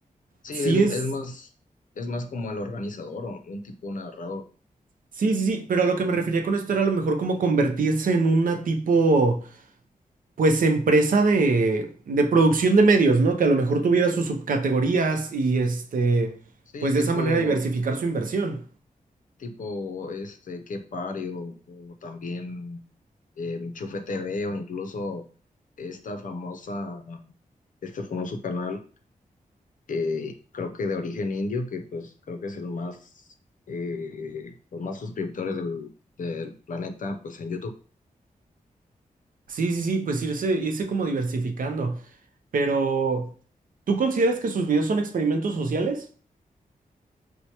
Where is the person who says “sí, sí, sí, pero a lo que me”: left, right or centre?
Right